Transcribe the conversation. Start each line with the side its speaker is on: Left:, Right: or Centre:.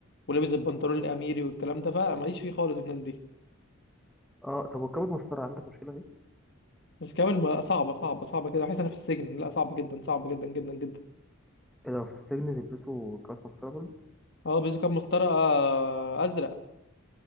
Left: ولبس البنطلون الاميري والكلام ده بقى ماليش فيه خالص الناس دي
Centre: اه طب وكباب مسطرة عندك مشكلة فيه؟
Left: الكابل ما- صعبة صعبة صعبة كده بحس انا في السجن لا صعب جدا صعب جدا جدا جدا
Centre: إيه لو في السجن بيلبسوا كباب مسطرة برضه؟
Left: اه بيزو كان مسطرة آه، ازرق